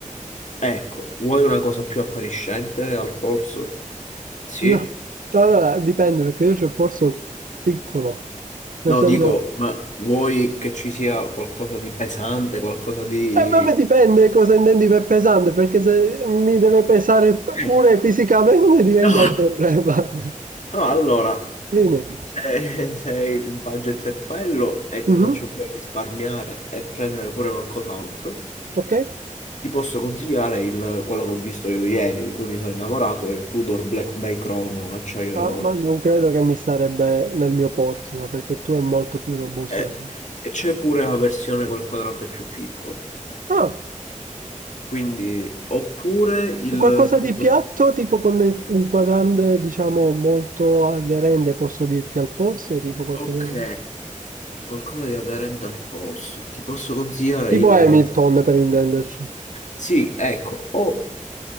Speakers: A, on the left; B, on the right.
A: Ecco, vuoi una cosa più appariscente al polso? Sì?
B: no. Allora, dipende perché io c'ho il polso piccolo, nel
A: No,
B: senso...
A: dico, ma vuoi che ci sia qualcosa di pesante, qualcosa di...
B: E vabbè dipende cosa intendi per pesante, perché se mi deve pesare
A: Ecco.
B: pure fisicamente <laughs> diventa
A: No,
B: un problema.
A: no, allora,
B: <laughs> Dimmi.
A: se, se il budget è quello e ti
B: Mhm.
A: faccio poi risparmiare e prendere pure qualcos'altro,
B: Ok.
A: ti posso consigliare il, quello che ho visto io ieri, di cui mi sono innamorato, è il Tudor Black Bay Chrono acciaio
B: Ah,
A: e oro.
B: ma non credo che mi starebbe nel mio porto, perché tu è molto più robusto
A: E,
B: del mio.
A: e c'è pure la versione col quadrante più piccolo.
B: Ah,
A: Quindi, oppure il
B: qualcosa
A: Tudor...
B: di piatto, tipo con un quadrante, diciamo, molto aderente, posso dirti, al polso, tipo qualcosa
A: Ok.
B: del...
A: Qualcosa di aderente al polso. Ti posso consigliare
B: Tipo
A: il...
B: Hamilton, per intenderci.
A: Sì, ecco, o